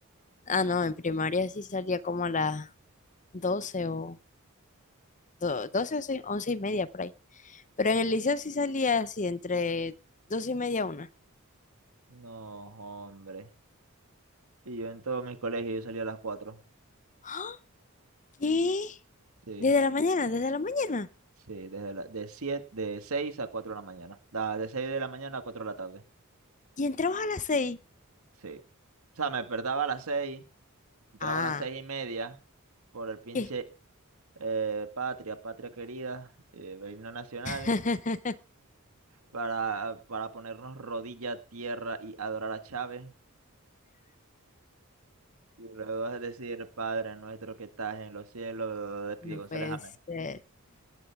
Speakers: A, on the left; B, on the right.
A: Ah, no, en primaria sí salía como a las 12 o do- 12 o sí, 11 y media por ahí. Pero en el liceo sí salía así, entre 12 y media a una.
B: No, hombre. Y yo en todos mis colegios yo salía a las cuatro.
A: ¡Ah! ¿Qué?
B: Sí,
A: ¿Desde la mañana? ¿Desde la mañana?
B: sí, desde la, de siete, de seis a cuatro de la mañana. Da, de seis de la mañana a cuatro de la tarde.
A: ¿Y entrabas a las seis?
B: Sí. O sea, me despertaba a las seis, entraba
A: Ah,
B: a las seis y media por el pinche
A: ¿qué?
B: eh, Patria, Patria querida, eh, el himno nacional,
A: <laughs>
B: para, para ponernos rodilla a tierra y adorar a Chávez. Y luego vas a decir, Padre nuestro que estás en los cielos, bla, bla, bla, de Pidi
A: No
B: González,
A: puede
B: amén.
A: ser,